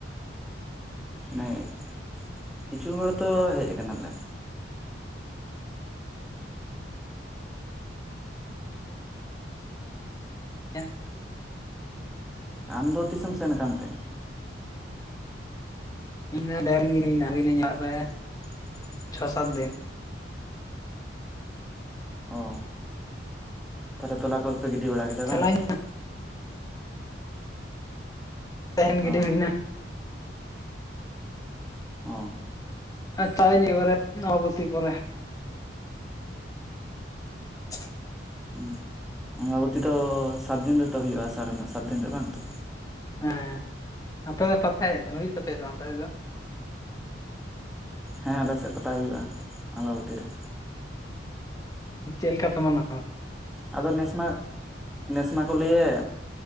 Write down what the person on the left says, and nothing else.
ᱮᱣᱟ
ᱤᱧ ᱫᱚ ᱰᱷᱮᱨ ᱜᱤᱧ ᱦᱩᱭᱮᱱᱟ ᱵᱟᱨ ᱯᱮ ᱪᱷᱚ ᱥᱟᱛ ᱫᱤᱱ᱾
ᱪᱟᱞᱟᱜ ᱟᱹᱧ ᱛᱮᱦᱮᱱ ᱜᱤᱰᱤ
ᱦᱳᱭᱱᱟ
ᱟᱨ ᱪᱟᱜ ᱤᱧ ᱵᱟᱨᱮ ᱟᱢᱵᱟᱵᱚᱛᱤ ᱯᱚᱨᱮ <unintelligible>
ᱦᱮᱸ ᱟᱯᱮ ᱯᱟᱛᱟ ᱦᱩᱭᱩᱜ ᱛᱟᱯᱮᱭᱟ ᱥᱮ ᱵᱟᱝ ᱟᱯᱮ ᱥᱮᱫ ᱫᱚ
ᱪᱮᱫ ᱞᱮᱠᱟ ᱯᱮ ᱢᱟᱱᱟᱣ?